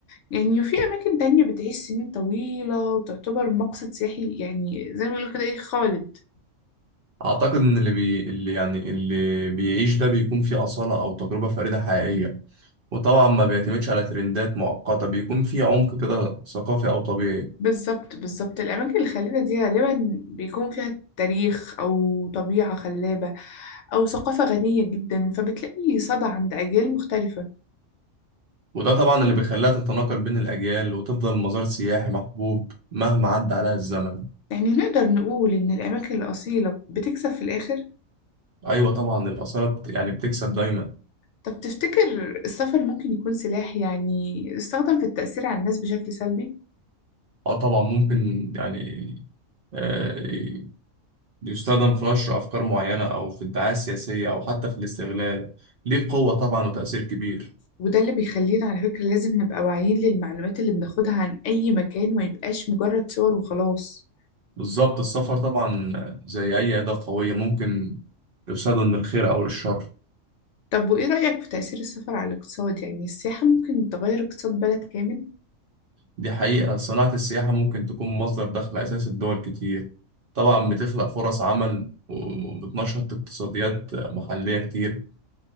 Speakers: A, on the left (about 70°); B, on the right (about 55°).
A: يعني وفي أماكن تانية بتعيش سنين طويلة وتعتبر مقصد سياحي يعني زي ما بيقولوا كده إيه خالد
B: اعتقد ان اللي بي اللي يعني اللي بيعيش ده بيكون فيه أصالة او تجربة فريدة حقيقية وطبعا ما بيعتمدش على ترندات مؤقتة بيكون فيه عمق كده ثقافي او طبيعي
A: بالظبط بالظبط الأماكن الخلابة دي غالبا بيكون فيها تاريخ أو طبيعة خلابة أو ثقافة غنية جدا فبتلاقي صدى عند أجيال مختلفة
B: وده طبعا اللي بيخليها تتناقل بين الأجيال وتفضل مزار سياحي محبوب مهما عدى عليها الزمن
A: يعني نقدر نقول إن الأماكن الأصيلة بتكسب في الآخر
B: أيوة طبعا الآثار بت- يعني بتكسب دايما
A: طب تفتكر السفر ممكن يكون سلاح يعني استخدم في التأثير على الناس بشكل سلبي
B: أه طبعا ممكن يعني آه، يستخدم في نشر أفكار معينة أو في الدعاية السياسية أو حتى في الاستغلال ليه قوة طبعا وتأثير كبير
A: وده اللي بيخلينا على فكرة لازم نبقى واعيين للمعلومات اللي بناخدها عن أي مكان ما يبقاش مجرد صور وخلاص
B: بالظبط السفر طبعا زي أي أداة قوية ممكن يستخدم للخير أو للشر
A: طب وإيه رأيك في تأثير السفر على الاقتصاد يعني السياحة ممكن تغير اقتصاد بلد كامل
B: دي حقيقة صناعة السياحة ممكن تكون مصدر دخل أساسي لدول كتير طبعا بتخلق فرص عمل وبتنشط اقتصاديات محلية كتير